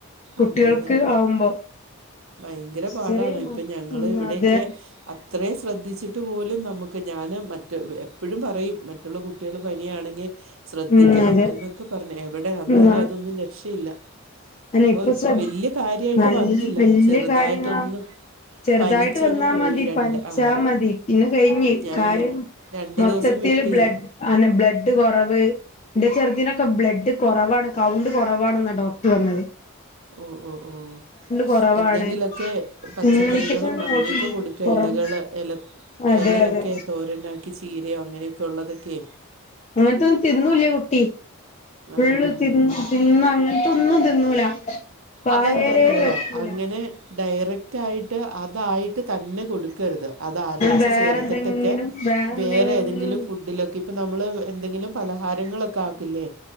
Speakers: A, on the left; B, on the right.
A: കുട്ടികൾക്ക്
B: അതെ അതെ
A: ആവുമ്പോ.
B: ഭയങ്കര പാടാണ്
A: ചെറിയ
B: ഇപ്പൊ
A: മ
B: ഞങ്ങള്
A: ഉം
B: ഇവിടെക്കെ
A: അതെ
B: അത്ര ശ്രദ്ധിച്ചിട്ട് പോലും നമുക്ക് ഞാൻ മറ്റ എപ്പോഴും പറയും മറ്റുള്ള കുട്ടികൾ പനിയാണെങ്കിൽ ശ്രദ്ധിക്കണം
A: ഉം അതെ
B: എന്നൊക്കെ പറഞ്ഞു എവിടെ വന്നാലും
A: ഉം
B: അതൊന്നും രക്ഷയില്ല
A: അനെ
B: ഇപ്പോൾ
A: ഇപ്പ സ
B: വലിയ കാര്യമായിട്ട്
A: നല്ല
B: വന്നില്ല
A: വല്യ
B: ചെറുതായിട്ടൊന്ന്
A: കാര്യങ്ങളാ ചെറുതായിട്ട്
B: പനിച്ചങ്ങ്
A: വന്നാ
B: പോയി
A: മതി
B: രണ്ട്
A: പഞ്ച്ചാ
B: ആ
A: മതി പിന്നെ കഴിഞ്ഞ്
B: ഞാൻ
A: കാര്യം
B: പിന്നെ രണ്ട്
A: മൊത്തത്തിൽ
B: ദിവസം വിട്ടില്ല
A: ബ്ലഡ് ആന്നെ ബ്ലഡ് കുറവ് എന്റെ ചെറുദിനൊക്കെ ബ്ലഡ് കുറവാണ് കൗണ്ട് കുറവാണ് എന്നാ ഡോക് വന്നത്
B: ഓഹ് ഓഹ് ഓഹ്
A: കൊറവാണ്
B: എന്തെങ്കിലൊക്കെ പച്ചക്കറികളും
A: കമ്മ്യൂണിക്കേഷൻ
B: അങ്ങനെയൊക്കെ
A: ഓൾക്ക്
B: കൊടു
A: കൊറവാ
B: ഇലകൾ ഇല
A: അതെ
B: ഇലയൊക്കെ
A: അതെ
B: തോരനാക്കി ചീരയോ അങ്ങനെയൊക്കെ ഉള്ളതൊക്കെ
A: അങ്ങനെതോന്നും തിന്നൂല്ലേ കുട്ടി ഫുള്ള്
B: ആ
A: തിന്ന് തിന്ന അങ്ങനത്തെ ഒന്നും തിന്നൂല വായേലേ
B: അതെന്താന്നറിയോ
A: വെക്കൂല
B: അങ്ങനെ ഡയറക്റ്റ് ആയിട്ട് അതായിട്ട് തന്നെ കൊടു ക്കരുത് അത് അരച്ച്
A: വേറെന്തെങ്കിലും
B: ചേർട്ടൊക്കെ
A: വേറെന്തെങ്കിലും
B: വേറെ ഏതെങ്കിലും ഫുടിലോക്കെ ഇ ഇപ്പൊ നമ്മള് എന്തെങ്കിലും പലഹാരങ്ങളൊക്കെ ആക്കില്ലേ